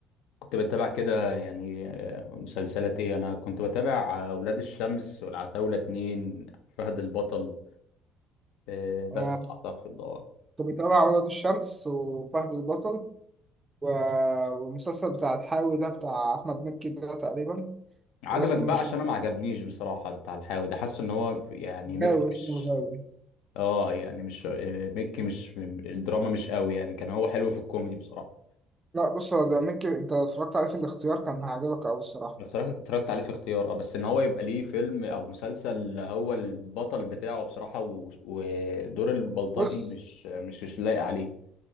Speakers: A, on the left (about 70°); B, on the right (about 25°).
A: كنت بتابع كده يعني آه، مسلسلات ايه انا كنت بتابع آه، ولاد الشمس والعتاولة اتنين فهد البطل آه، بس
B: يعني انا
A: اعتقد اه
B: كنت بتابع ولاد الشمس وفهد البطل و- والمسلسل بتاع الحاوي ده بتاع احمد مكي ده تقريبا
A: عجبك
B: وده اسمه
A: بقى
B: مش
A: عشان انا ما عجبنيش بصراحة بتاع الحاوي ده حاسه ان هو يعني مكي
B: غاوي اسمه
A: مش
B: الغاوي
A: اه يعني مش آه، مكي مش الدراما مش قوي يعني كان هو حلو في الكوميدي بصراحة
B: لا بص هو ده مكي انت لو اتفرجت عليه في الاختيار كان هيعجبك قوي الصراحه
A: اتفرجت اتفرجت عليه في اختيار اه بس ان هو يبقى ليه فيلم او مسلسل هو البطل بتاعه بصراحة و... ودور البلطجي
B: بص
A: مش مش مش لايق عليه